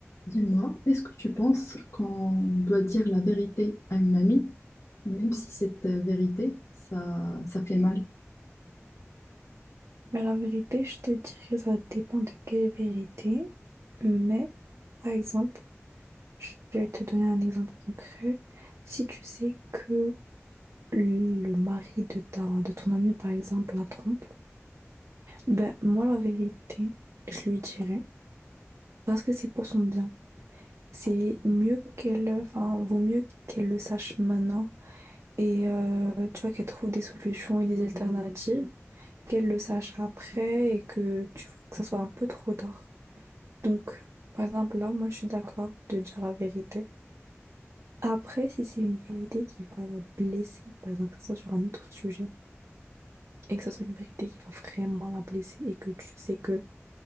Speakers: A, on the left; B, on the right.
A: Dis-moi, est-ce que tu penses qu'on doit dire la vérité à une amie, même si cette euh, vérité, ça, ça fait mal?
B: Mais la vérité, je te dirais, ça dépend de quelle vérité. Mais, par exemple, je vais te donner un exemple concret. Si tu sais que le mari de ta, de ton ami, par exemple, la trompe, ben, moi, la vérité, je lui dirais, parce que c'est pour son bien. C'est mieux qu'elle, enfin, vaut mieux qu'elle le sache maintenant et, euh, tu vois, qu'elle trouve des solutions et des alternatives, qu'elle le sache après et que, tu vois, que ça soit un peu trop tard. Donc, par exemple, là, moi, je suis d'accord de dire la vérité. Après, si c'est une vérité qui va la blesser, par exemple, que ce soit sur un autre sujet, et que ce soit une vérité qui va vraiment la blesser, et que tu sais que,